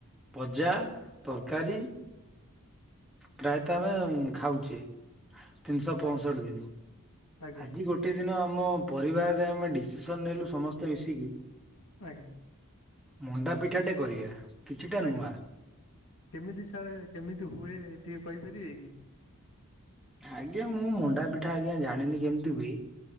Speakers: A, in the centre; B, on the left.
A: ଭଜା, ତରକାରୀ ପ୍ରାୟତଃ ଆମେ ଖାଉଚେ, ତିନିଶହ ପଞ୍ଚଷଠି
B: ଆଜ୍ଞା
A: ଦିନ୍
B: ଆଜ୍ଞା
A: ଆଜି ଗୋ ଗୋଟେ ଦିନ ଆମ ପରିବାରରେ ଆମେ ଡିସିସନ୍ ନେଲୁ ସମସ୍ତେ ମିଶିକି
B: ଆଜ୍ଞା।
A: ମଣ୍ଡା ପିଠାଟେ କରିବା। କିଛିଟା
B: ଆଜ୍ଞା
A: ନୂଆ।
B: କେମିତି ସାର୍ କେମିତି ହୁଏ ଟିକେ କହିପାରିବେ କି?
A: ଆଜ୍ଞା ମୁଁ ମଣ୍ଡା ପିଠା ଆଜ୍ଞା ଜାଣିନି କେମିତି ହୁଏ,